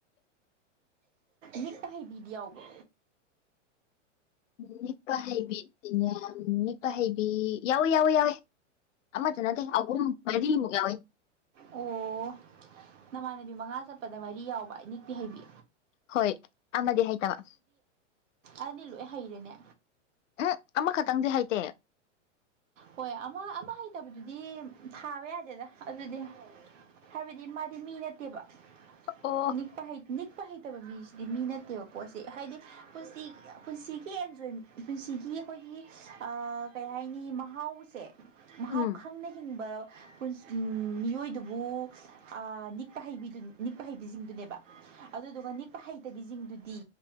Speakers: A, on the right; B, on the left.
A: ꯅꯤꯛꯄ ꯍꯩꯕꯤꯗꯤ ꯌꯥꯎꯕ꯭ꯔꯣ
B: ꯎ ꯅꯤꯛꯄꯥ ꯍꯩꯕꯤꯗꯤꯅꯦ ꯅꯤꯛꯄꯥ ꯍꯩꯕꯤ ꯌꯥꯎꯋꯤ ꯌꯥꯎꯋꯤ ꯌꯥꯎꯋꯤ ꯑꯃꯇ ꯅꯇꯦ ꯑꯍꯨꯝ ꯃꯔꯤꯃꯨꯛ ꯌꯥꯎꯋꯤ
A: ꯑꯣ ꯅꯃꯥꯟꯅꯕꯤ ꯃꯉꯥ ꯆꯠꯄꯗ ꯃꯔꯤ ꯌꯥꯎꯕ ꯅꯤꯛꯄꯤ ꯍꯩꯕꯤ
B: ꯍꯣꯏ ꯑꯃꯗꯤ ꯍꯩꯇꯥꯕ
A: ꯑꯗꯤ ꯂꯣꯏ ꯍꯩꯔꯦꯅꯦ
B: ꯎꯝ ꯑꯃꯈꯛꯇꯪꯗꯤ ꯍꯩꯇꯦ
A: ꯍꯣꯏ ꯑꯃ ꯑꯃ ꯍꯩꯇꯕꯗꯨꯗꯤ ꯊꯥꯕ ꯌꯥꯗꯦꯗ ꯑꯗꯨꯗꯤ ꯍꯥꯏꯕꯗꯤ ꯃꯥꯗꯤ ꯃꯤ ꯅꯠꯇꯦꯕ
B: ꯑꯣ
A: ꯅꯤꯛꯄ ꯅꯤꯛꯄ ꯍꯩ ꯅꯠꯇꯕ ꯃꯤꯁꯤꯗꯤ ꯃꯤ ꯅꯠꯇꯦꯕ ꯄꯣꯠꯁꯤ ꯍꯥꯏꯗꯤ ꯄꯨꯟꯁꯤꯒꯤ ꯄꯨꯟꯁꯤꯒꯤ ꯑꯦꯟꯖꯣꯏ ꯄꯨꯟꯁꯤꯒꯤ ꯑꯩꯈꯣꯏꯒꯤ ꯑ ꯀꯩ ꯍꯥꯏꯅꯤ ꯃꯍꯥꯎꯁꯦ ꯃꯍꯥꯎ
B: ꯎꯝ
A: ꯈꯪꯅ ꯍꯤꯡꯕ ꯄꯨꯟꯁ ꯃꯤꯑꯣꯏꯗꯨꯕꯨ ꯅꯤꯛꯄ ꯍꯩꯕꯤꯗꯨ ꯅꯤꯛꯄ ꯍꯩꯕꯤꯁꯤꯡꯗꯨꯅꯦꯕ ꯑꯗꯨꯗꯨꯒ ꯅꯤꯛꯄ ꯍꯩꯇꯕꯤꯁꯤꯡꯗꯨꯗꯤ